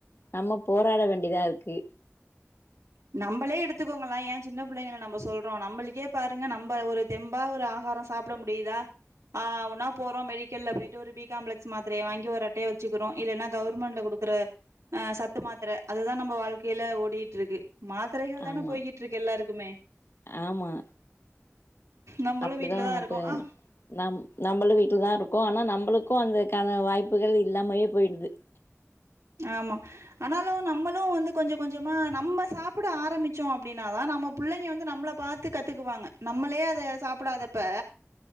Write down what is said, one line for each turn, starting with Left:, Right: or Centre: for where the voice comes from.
Left: நம்ம போராட வேண்டியதா இருக்கு
Right: நம்மளே எடுத்துக்கோங்களே ஏ சின்ன பிள்ளைங்கள நம்ப சொல்றோ நம்மளுக்கே பாருங்க நம்ப ஒரு தெம்பா ஒரு ஆகாரோ சாப்ட முடியுதா ஆ ஊனா போறோ மெடிக்கல்ல போய்ட்டு ஒரு பி காம்ப்ளெக்ஸ் மாத்திரைய வாங்கி ஒரு அட்டைய வச்சுகுறோ இல்லனா கவர்மெண்ட்ல குடு க்ற அ சத்து மாத்திர அதுதா நம்ப வாழ்க்கைல ஒட் டிட்ருக்கு மாத்திரைகள் தான
Left: ஆமா
Right: போய்கிட்ருக்கு எல்லாருக்குமே
Left: ஆமா
Right: நம்மளு
Left: அப்டிதா
Right: வீட்ல தா
Left: அப்ப
Right: இருக்கோ ஆ
Left: நம் நம்மலு வீட்டுலதா இருக்கோ ஆனா நம்ளுக்கு அந்தக்கான வாய்ப்புகள் இல்லாமே போயிடுது
Right: ஆமா ஆனாலு நம்மளு வந்து கொஞ்சோ கொஞ்சமா நம்ம சாப்பிட ஆரம்பிச்சோ அப்படின்னாதா நம்ம புள்ளைங்க வந்து நம்மள பாத்து கத்துக்குவாங்க நம்மளே அத சாப்பிடாதப்ப